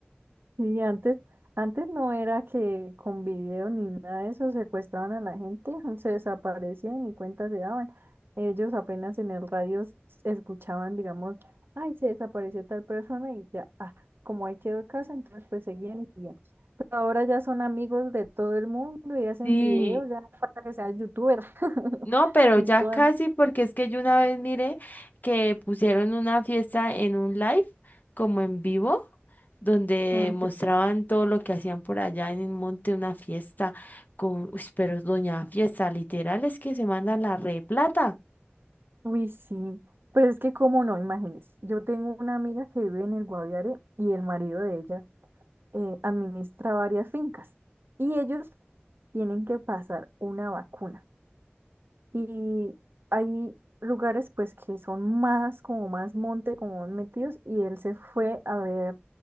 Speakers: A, on the right (about 60°); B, on the left (about 45°).
A: Y antes, antes no era que con video ni nada de eso secuestraban a la gente, <laughs> se desaparecían y cuentas se daban. Ellos apenas en el radio s- escuchaban, digamos, ay, se desapareció tal persona y ya, ah, como ahí quedó el caso, entonces pues seguían y seguían. Pero ahora ya son amigos de todo el mundo y hacen
B: Sí.
A: videos, ya no falta que seas youtuber. <laughs>
B: No, pero
A: Y
B: ya
A: suban,
B: casi, porque es que yo una vez miré que pusieron una fiesta en un live, como en vivo, donde
A: no
B: mostraban
A: sé.
B: todo lo que hacían por allá en el monte, una fiesta con, uy, pero es doña fiesta, literal, es que se mandan la re plata.
A: Uy, sí. Pero es que, cómo no? Imagínese, yo tengo una amiga que vive en el Guaviare y el marido de ella eh, administra varias fincas y ellos tienen que pasar una vacuna. Y hay lugares pues que son más como más monte, como más metidos y él se fue a ver